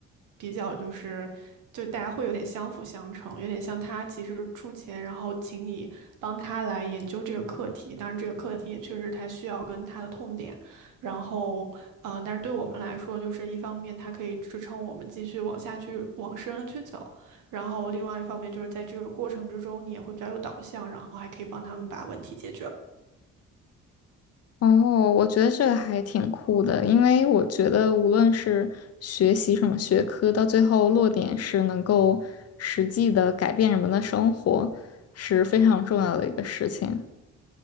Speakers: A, on the right; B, on the left.
A: 比较就是就大家会有点相辅相成，有点像他其实出钱，然后请你帮他来研究这个课题，当然这个课题也确实他需要跟他的痛点，然后嗯，呃但是对我们来说，就是一方面它可以支撑我们继续往下去往深了去走，然后另外一方面就是在这个过程之中，你也会比较有导向，然后还可以帮他们把问题解决。
B: 哦，我觉得这个还挺酷的，因为我觉得无论是学习什么学科，到最后落点是能够实际的改变人们的生活，是非常重要的一个事情。